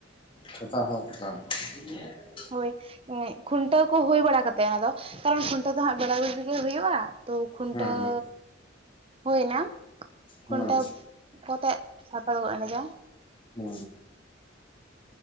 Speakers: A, on the left; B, on the right.
A: ᱪᱷᱚᱴᱟ ᱥᱟᱛᱴᱟ <unintelligible>
B: ᱦᱚᱭ ᱠᱷᱩᱱᱴᱟᱹᱣ ᱠᱚ ᱦᱩᱭ ᱵᱟᱲᱟ ᱠᱟᱛᱮ <unintelligible> ᱫᱚ ᱠᱟᱨᱚᱱ ᱠᱷᱩᱱᱴᱟᱹᱣ ᱫᱚ ᱦᱟᱸᱜ ᱵᱮᱲᱟ-ᱵᱤᱲᱤ ᱜᱮ ᱦᱩᱭᱩᱜᱼᱟ ᱛᱚ ᱠᱷᱩᱱᱴᱟᱹᱣ
A: ᱦᱮᱸ ᱦᱮᱸ
B: ᱦᱩᱭᱱᱟ ᱠᱷᱩᱱᱴᱟᱹᱣ
A: ᱦᱮᱸ
B: ᱠᱚᱛᱮ ᱦᱟᱛᱟᱣ ᱜᱚᱫ ᱮᱱᱜᱮᱭᱟ ᱾
A: ᱚ